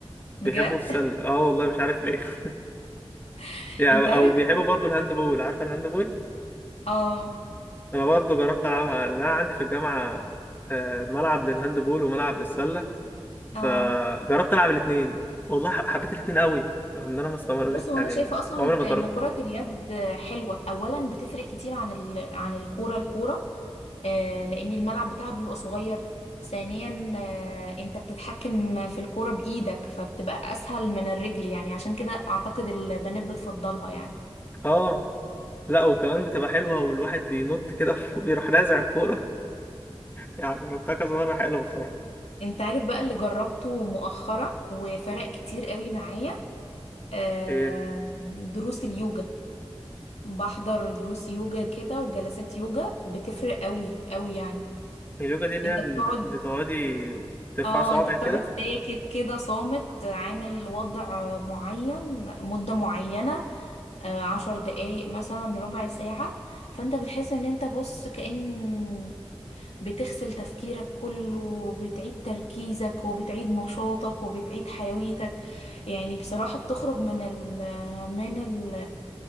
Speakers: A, on the left; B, on the left.
A: بجد
B: بيحبوا السلة اه والله مش عارف ليه <laughs>
A: <laughs>
B: يعني
A: انت عارف
B: او بيحبوا
A: كمان؟
B: برضو الهاند بول عارفه الهاند بول
A: اه
B: انا برضو جربت العبها لأن انا عندي في الجامعه آه، ملعب للهاند بول وملعب للسله فجربت
A: اه
B: العب الاثنين والله ح- حبيت الاثنين قوي رغم ان انا ما استمريت
A: بص هو
B: يعني
A: انا شايفة اصلا
B: عمري
A: ان
B: ما
A: ان
B: اتدربت
A: كرة اليد حلوة اولا بتفرق كتير عن ال... عن الكورة الكورة آه لان الملعب بتاعها بيبقى صغير ثانيا آه انت بتتحكم في الكورة بايدك فبتبقى اسهل من الرجل يعني عشان كده اعتقد البنات بتفضلها يعني
B: اه لا وكمان بتبقى حلوه والواحد بينط كده <laughs> ويروح نازع الكوره يعني جربتها كذا مره حلوه بصراحه
A: انت عارف بقى اللي جربته مؤخرا وفرق كتير قوي معايا آه،
B: ايه
A: دروس اليوجا بحضر دروس يوجا كده وجلسات يوجا بتفرق قوي قوي يعني
B: اليوجا دي اللي
A: انت
B: هي بن-
A: بتقعد
B: بتقعدي ترفع
A: اه
B: صوابعك
A: انت بتقعد
B: كده
A: ساكت كده صامت عامل وضع معين مدة معينة آه، عشر دقايق مثلا ربع ساعة فانت بتحس ان انت بص كأن بتغسل تفكيرك كله وبتعيد تركيزك وبتعيد نشاطك وبتعيد حيويتك يعني بصراحة بتخرج من ال من ال